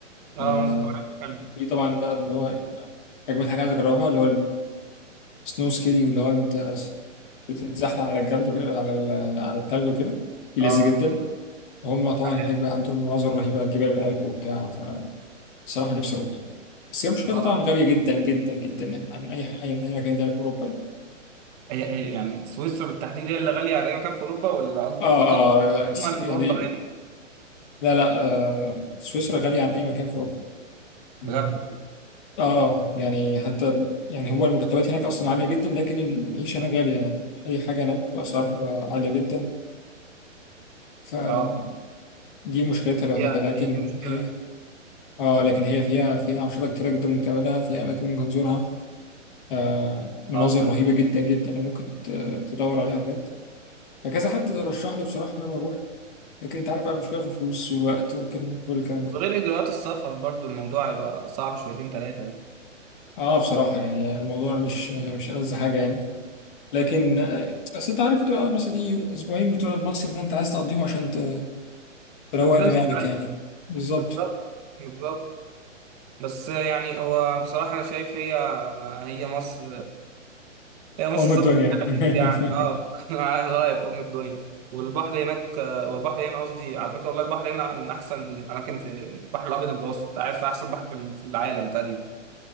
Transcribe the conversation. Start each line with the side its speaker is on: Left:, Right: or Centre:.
Right: اه
Left: آه،
Right: منظر طبيعي حلو
Left: في طبعا بقى اللي هو أجمل حاجة عايز أجربها اللي هو السنو سكيلينج اللي هو أنت بتتزحلق على الجلد وكده- على ال- على التلج وكده دي
Right: اه
Left: لذيذ جدا هم طبعا
Right: حلو
Left: هناك بقى عندهم مناظر رهيبة على جبال الألب وبتاع فالصراحة نفسي أروح يعني بس هي مشكلتها
Right: اه
Left: طبعا غالية جدا جدا جدا يعني عن أي أي أي مكان تاني في أوروبا يعني
Right: هي هي يعني سويسرا بالتحديد هي اللي غاليه على اي مكان في اوروبا ولا قصدك
Left: آه
Right: السفر
Left: آه لا س-
Right: عموما
Left: يعني
Right: اوروبا غاليه
Left: لا لا آه سويسرا غالية عن أي مكان في أوروبا
Right: بجد
Left: مم. آه آه يعني حتى ال- يعني هو المرتبات هناك أصلا عالية جدا لكن العيشة هناك غالية يعني أي حاجة هناك بأسعار آه، عالية جدا فدي
Right: اه
Left: مشكلتها الوحيدة
Right: هي
Left: لكن
Right: دي دي مشكله
Left: هي
Right: يعني،
Left: آه لكن هي فيها فيها أنشطة كتيرة جدا ممكن تعملها فيها أماكن ممكن تزورها آه، مناظر
Right: اه
Left: رهيبة جدا جدا لو ممكن ت- تدور عليها على النت فكذا حد رشح لي بصراحة إن أنا أروح لكن أنت عارف بقى المشكلة في الفلوس والوقت وكده كل الكلام ده
Right: غير إجراءات السفر برضو الموضوع يبقى صعب شويتين تلاتة يعني
Left: أه بصراحة يعني الموضوع مش مش ألذ حاجة يعني لكن آه، أصل أنت عارف بتبقى مثلا إيه أسبوعين بتوع المصيف ده أنت عايز تقضيهم عشان ت- تروق
Right: بس
Left: دماغك
Right: أيوة،
Left: يعني بالظبط
Right: بالظبط بالظبط بس يعني هو بصراحة أنا شايف هي هي مصر هي مصر
Left: أم
Right: السفر
Left: الدنيا
Right: فيها هتجيب
Left: <laughs>
Right: يعني اه <laughs> على رأيك أم الدنيا والبحر هناك والبحر هنا قصدي على فكرة والله البحر هنا من أحسن أماكن في البحر الأبيض المتوسط أنت عارف أحسن بحر في في العالم تقريبا